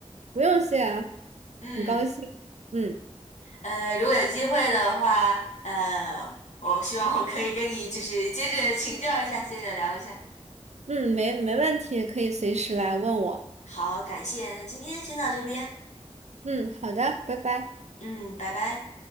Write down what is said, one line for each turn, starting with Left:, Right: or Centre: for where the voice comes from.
Right: 不用谢啊，
Left: 嗯，
Right: 很高兴。嗯
Left: 呃，如果有机会的话，呃，我希望我可以跟你就是接着请教一下，接着聊一下。
Right: 嗯，没没问题，可以随时来问我。
Left: 好，感谢，那今天先到这边，
Right: 嗯，好的，拜拜。
Left: 嗯，拜拜。